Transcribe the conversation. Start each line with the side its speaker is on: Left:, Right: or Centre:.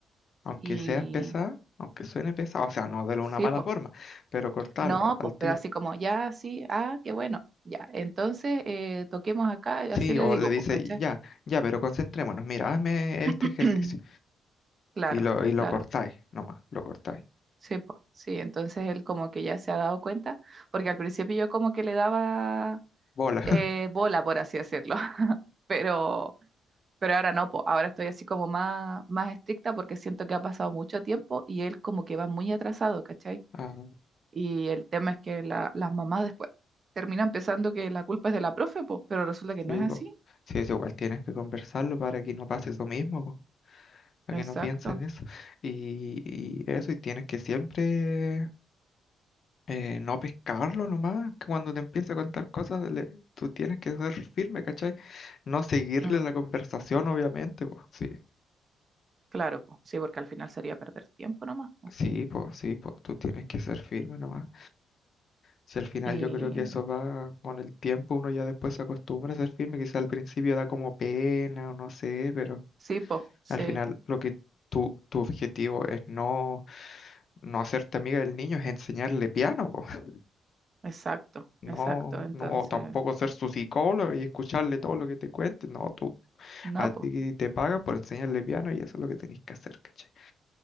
Left: Aunque
Right: y
Left: seas pesada, aunque suene pesado, o sea, no de una
Right: sí,
Left: mala
Right: po.
Left: forma, pero cortarlo
Right: No,
Left: al
Right: pues,
Left: tiro.
Right: pero así como, ya, sí, ah, qué bueno, ya. Entonces, eh, toquemos acá, y
Left: Sí,
Right: así le
Left: o
Right: digo,
Left: le dice,
Right: pues, ¿cachai?
Left: ya, ya, pero concentrémonos, mira, hazme
Right: <clears throat>
Left: este ejercicio.
Right: Claro,
Left: Y lo, y lo
Right: claro,
Left: cortáis, nomás, lo cortáis.
Right: sí, po, sí. Entonces él como que ya se ha dado cuenta, porque al principio yo como que le daba
Left: Bola.
Right: eh, bola, por así decirlo. <laughs> pero Pero ahora no, po, ahora estoy así como más, más estricta porque siento que ha pasado mucho tiempo y él como que va muy atrasado, ¿cachai?
Left: <laughs> Ah.
Right: Y el tema es que la- las mamás después terminan pensando que la culpa es de la profe, pues, pero resulta que
Left: Sí,
Right: no es así.
Left: pues. Sí, eso igual tienes que conversarlo para que no pase eso mismo, po, para
Right: Exacto.
Left: que no piensen eso. Y, y eso, y tienes que siempre eh, no pescarlo nomás, que cuando te empiece a contar cosas, le- tú tienes que ser firme, ¿cachai? No seguirle
Right: Mm,
Left: la conversación, obviamente, pues. Sí,
Right: claro, pues, sí, porque al final sería perder tiempo nomás, po.
Left: sí, pues, sí, pues, tú tienes que ser firme nomás. Si al final
Right: Y
Left: yo creo que eso va con el tiempo, uno ya después se acostumbra a ser firme, quizá al principio da como pena o no sé, pero...
Right: sí, pues, sí,
Left: Al final, lo que tu, tu objetivo es no, no hacerte amiga del niño, es enseñarle piano, po. <laughs>
Right: exacto,
Left: No,
Right: exacto. Entonces,
Left: no tampoco ser su psicólogo y escucharle todo lo que te cuente. No, tú,
Right: no,
Left: a ti
Right: pues,
Left: te pagan por enseñarle piano y eso es lo que tenés que hacer, ¿cachai?